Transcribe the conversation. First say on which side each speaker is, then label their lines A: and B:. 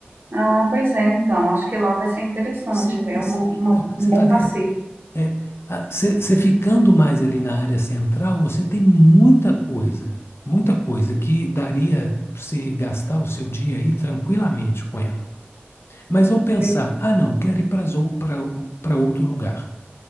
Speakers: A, on the right; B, on the left.
A: Ah, pois é, então, acho que lá vai ser interessante,
B: Sim,
A: é uma,
B: sim.
A: uma-
B: Então, você
A: um bom
B: está vendo?
A: passeio.
B: É, a- você, você ficando mais ali na área central, você tem muita coisa, muita coisa que daria para você gastar o seu dia aí tranquilamente com ela. Mas vamos pensar,
A: Ver-
B: ah, não, quero ir para para outro lugar.